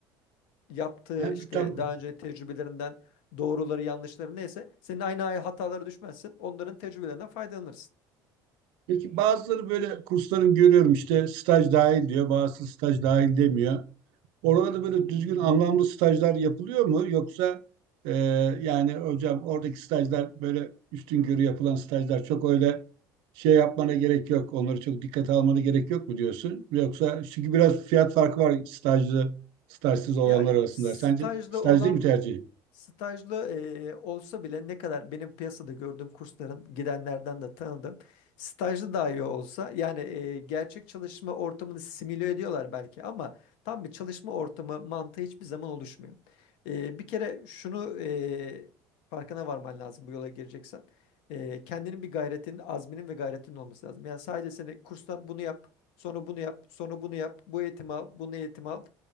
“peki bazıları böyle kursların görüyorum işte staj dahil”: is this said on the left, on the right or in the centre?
Right